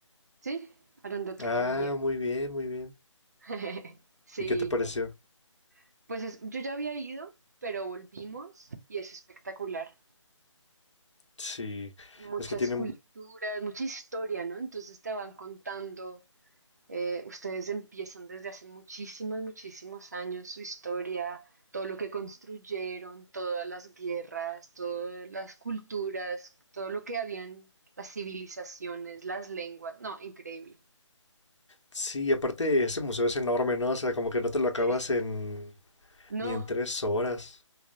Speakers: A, on the right (about 35°); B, on the left (about 65°).
A: Sí, hablan de antropología.
B: Ah, muy bien, muy bien.
A: <laughs> Sí,
B: ¿Y qué te pareció?
A: México. Pues es- yo ya había ido, pero volvimos y es espectacular.
B: Sí,
A: muchas
B: es que tienen...
A: culturas, mucha historia, ¿no? Entonces te van contando, eh, ustedes empiezan desde hace muchísimos, muchísimos años su historia, todo lo que construyeron, todas las guerras, todas las culturas, todo lo que habían, las civilizaciones, las lenguas, no, increíble.
B: Sí, aparte ese museo es enorme, ¿no? O sea, como que no te lo acabas
A: Sí.
B: en...
A: No,
B: ni en tres horas.